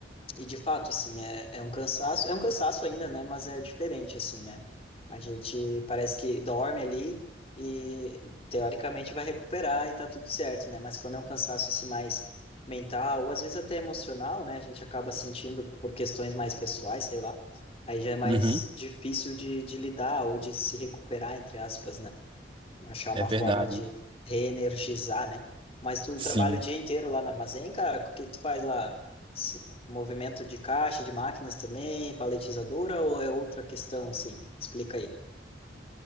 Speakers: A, on the left (about 30°); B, on the right (about 30°).
A: E de fato, assim, é, é um cansaço, é um cansaço ainda, né? Mas é diferente, assim, né? A gente parece que dorme ali e teoricamente vai recuperar e tá tudo certo, né? Mas quando é um cansaço assim mais mental, ou às vezes até emocional, né? A gente acaba sentindo por questões mais pessoais, sei lá. Aí já é mais
B: Uhum,
A: difícil de, de lidar ou de se recuperar, entre aspas, né? Achar uma
B: é verdade.
A: forma de reenergizar, né? Mas tu
B: Sim.
A: trabalha o dia inteiro lá no armazém, cara? O que que tu faz lá? Se- Movimento de caixa, de máquinas também, paletizadora ou é outra questão assim? Explica aí.